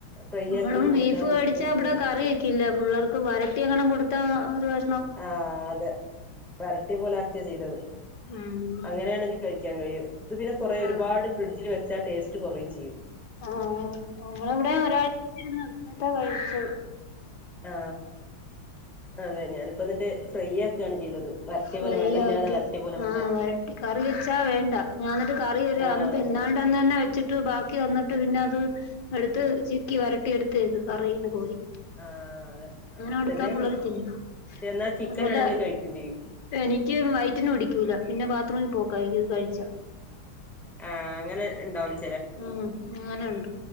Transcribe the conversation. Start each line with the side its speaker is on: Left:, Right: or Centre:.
Centre: ഫ്രൈ
Left: നമ്മളും
Centre: ആക്കിട്ട് കൊടുത്താല്
Left: ബീഫ് മേടിച്ചാ
Centre: കുട്ടികളോട്
Left: അവിടെ കറി വെക്കില്ല പിള്ളാർ വരട്ടിയങ്ങണം കൊടുത്താ ഒരു വെ
Centre: ആ അതെ വരട്ടി പോലെ ആക്കിയാ ചെയ്തത്
Left: ഉം
Centre: അങ്ങനെയാണെങ്കിൽ കഴി കഴിയും പിന്നെ കൊറേ
Left: ആഹ്
Centre: ഒരുപാട് ഫ്രിഡ്ജിൽ വെച്ചാ ടേസ്റ്റ് കൊറയും ചെയ്യും
Left: ആ നമ്മള ഇവിടെ ഒരാഴ്ച ഇരുന്ന് എന്നിട്ടാ കഴിച്ചത്
Centre: ആ അതെ ഞാനിപ്പോ എന്നിട്ട് ഫ്രൈ ആക്കയാണ് ചെയ്തത് വരട്ടിയ
Left: ഫ്രൈ
Centre: പോലെ വെള്ളല്ലാതെ
Left: ആക്കി
Centre: വരട്ടിയ പോലെ അങ്ങോട്ടാക്കി
Left: ആ വരട്ടി കറി വെച്ചാ വേണ്ട ഞാനത് കറി വെരാ
Centre: ആഹ്
Left: അന്ന് പെരുന്നാൾ
Centre: അതെ
Left: ണ്ടന്നനെ വെ വച്ചിട്ട് ബാക്കി വന്നിട്ട് പിന്നെ അത് എടുത്ത് ചിക്കി വരട്ടി എടുത്തേത് കറീന്ന് കോരി
Centre: ആ അതെ അങ്ങനെ
Left: കൊടുത്താ
Centre: തന്നെയാണ്
Left: പിള്ളേര് തിന്നും
Centre: എന്നാ ചിക്കൻ
Left: അതുപോലെ
Centre: ആണെങ്കിൽ കഴിക്കയും ചെയ്യും
Left: എനിക്ക് വയറ്റിന് പിടിക്കൂല പിന്നെ ബാത്റൂമിൽ പോക്കാരിക്കും ഇത് കഴിച്ച
Centre: ആ അങ്ങനെ ഇണ്ടാവും
Left: ഉം അങ്ങനെ ഉണ്ട്